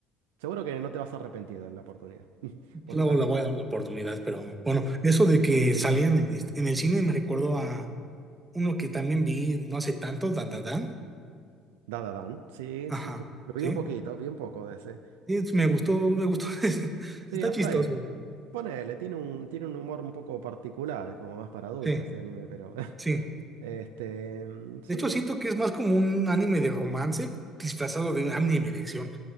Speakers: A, on the right (about 80°); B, on the right (about 15°).
A: seguro que no te vas a arrepentir de la oportunidad. ¿Vos
B: Luego
A: estás
B: la
A: bien?
B: voy a dar una oportunidad, pero bueno, eso de que
A: Sí.
B: salían en, el- en el cine me recuerdo a uno que también vi no hace tanto, Dan Dan Dan.
A: Dada Dan. Sí,
B: Ajá,
A: sí, sí. Lo vi
B: sí.
A: un poquito, vi un poco de ese.
B: Y es- me gustó, me gustó. <laughs> ese.
A: Sí,
B: Está
A: hasta
B: chistoso.
A: ahí. Ponele, tiene un, tiene un humor un poco particular, es como más para adultos
B: Sí,
A: ese anime, pero. <laughs>
B: sí.
A: Este. mm, Sí.
B: De hecho, siento que es más como un anime de romance disfrazado de un anime de acción,